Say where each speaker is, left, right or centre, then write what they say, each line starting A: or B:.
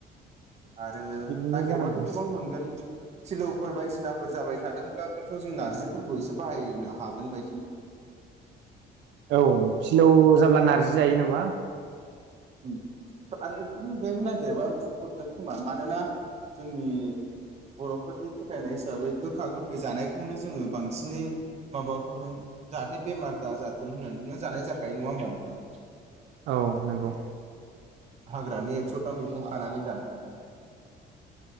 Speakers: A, on the right; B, on the right.
A: आरो
B: बिदिनो
A: नागिरबाथ
B: जानांगौ
A: गोबां मोनगोन। फिलौफोर बायदिसिनाफोर जाबाय थादोंब्लाबो थ जों नार्जिफोरखौ एसे बाहायनो हागोन बायदि
B: औ फिलौ। जाब्ला नार्जि जायो नामा?
A: उम आरो बेफोरनि आवगायबो नागिरबां प्रुफ मोनगोन खोमा मानोना जोंनि बर'फोरनि फोथायनाय हिसाबै गोखा गोखै जानायखौनो जोङो बांसिनै माबाखौनो जाहाथे बेमार दाजाथों होन्नानैनो जानाय जाखायो नङा होमबा नोंथां?
B: औ नोंगौ।
A: हाग्रानि एक्सथा मैगं खानानै जानाया।